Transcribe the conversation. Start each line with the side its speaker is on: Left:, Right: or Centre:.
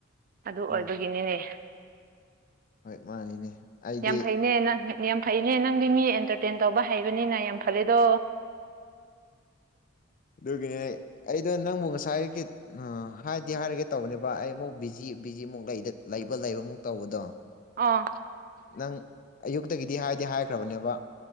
Right: ꯑꯗꯨ
Left: ꯎꯝ
Right: ꯑꯣꯏꯕꯒꯤꯅꯤꯅꯦ
Left: ꯍꯣꯏ ꯃꯥꯅꯤꯅꯦ ꯑꯩꯗꯤ
Right: ꯌꯥꯝ ꯐꯩꯅꯦ ꯅꯪ ꯌꯥꯝ ꯐꯩꯅꯦ ꯅꯪꯗꯤ ꯃꯤ ꯑꯦꯟꯇꯔꯇꯦꯟ ꯇꯧꯕ ꯍꯩꯕꯅꯤꯅ ꯌꯥꯝ ꯐꯔꯦꯗꯣ
Left: ꯑꯗꯨꯒꯤꯅꯦ ꯑꯩꯗꯣ ꯅꯪꯕꯨ ꯉꯁꯥꯏ ꯉꯁꯥꯏꯒꯦ ꯅ ꯍꯥꯏꯗꯤ ꯍꯥꯏꯔꯒꯦ ꯇꯧꯕꯅꯦꯕ ꯑꯩ ꯑꯃꯨꯛ ꯕꯤꯖꯤ ꯕꯤꯖꯤꯃꯨꯛ ꯂꯩꯗ ꯂꯩꯕ ꯂꯩꯕꯃꯨꯛ ꯇꯧꯕꯗꯣ
Right: ꯑ
Left: ꯅꯪ ꯑꯌꯨꯛꯇꯒꯤꯗꯤ ꯍꯥꯏꯗꯤ ꯍꯥꯏꯈ꯭ꯔꯕꯅꯦꯕ